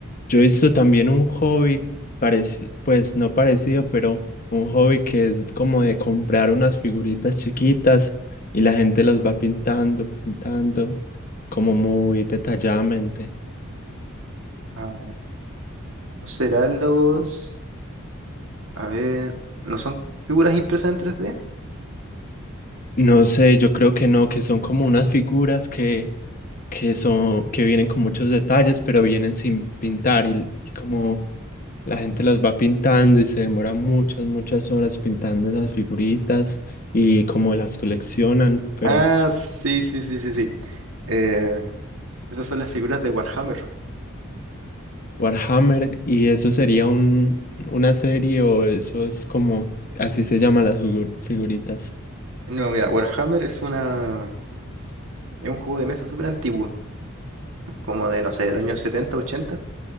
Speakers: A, on the left (about 40°); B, on the right (about 70°).
A: Yo hice también un hobby parecido, pues no parecido, pero un hobby que es como de comprar unas figuritas chiquitas y la gente los va pintando, pintando, como muy detalladamente.
B: Ah, ¿No serán los... A ver, ¿no son figuras impresas en 3D?
A: No sé, yo creo que no, que son como unas figuras que que son, que vienen con muchos detalles, pero vienen sin pintar y, y como la gente las va pintando y se demora muchas, muchas horas pintando las figuritas y como las coleccionan, pero
B: Ah, sí, sí, sí, sí, sí. Eh, esas son las figuras de Warhammer.
A: Warhammer, y eso sería un, una serie o eso es como, así se llaman las figu- figuritas.
B: No, mira, Warhammer es una... Es un juego de mesa súper antiguo. como de, no sé, del año 70, 80,